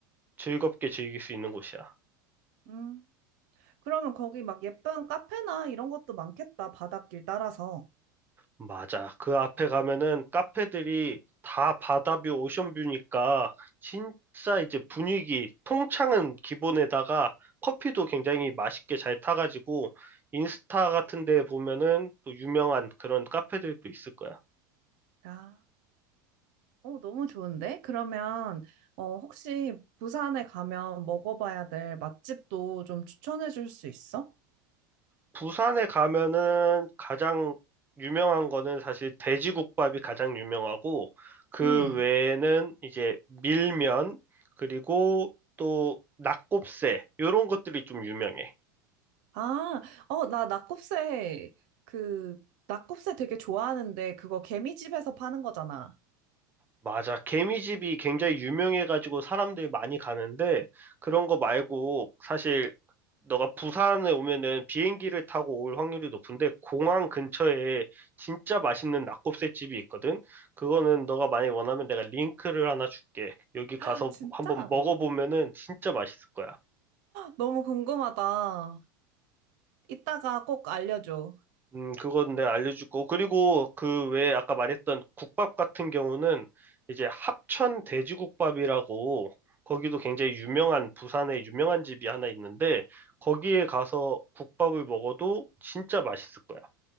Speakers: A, on the right; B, on the right.
A: 즐겁게 즐길 수 있는 곳이야.
B: 음. 그러면 거기 막 예쁜 카페나 이런 것도 많겠다. 바닷길 따라서.
A: 맞아. 그 앞에 가면은 카페들이 다 바다뷰, 오션뷰니까 진짜 이제 분위기, 통창은 기본에다가 커피도 굉장히 맛있게 잘 타가지고 인스타 같은 데 보면은 또 유명한 그런 카페들도 있을 거야.
B: 아, 어, 너무 좋은데? 그러면, 어, 혹시 부산에 가면 먹어봐야 될 맛집도 좀 추천해 줄 수 있어?
A: 부산에 가면은 가장 유명한 거는 사실 돼지국밥이 가장 유명하고 그
B: 응
A: 외에는 이제 밀면 그리고 또 낙곱새 이런 것들이 좀 유명해.
B: 아, 어, 나 낙곱새, 그, 낙곱새 되게 좋아하는데, 그거 개미집에서 파는 거잖아.
A: 맞아. 개미집이 굉장히 유명해가지고 사람들이 많이 가는데, 그런 거 말고, 사실, 너가 부산에 오면은 비행기를 타고 올 확률이 높은데, 공항 근처에 진짜 맛있는 낙곱새집이 있거든? 그거는 너가 많이 원하면 내가 링크를 하나 줄게. 여기
B: 아,
A: 가서
B: 진짜?
A: 한번 먹어보면은 진짜 맛있을 거야.
B: 너무 궁금하다. 이따가 꼭 알려줘.
A: 음, 그건 내가 알려주고. 그리고 그 외에 아까 말했던 국밥 같은 경우는 이제 합천 돼지국밥이라고 거기도 굉장히 유명한 부산에 유명한 집이 하나 있는데 거기에 가서 국밥을 먹어도 진짜 맛있을 거야.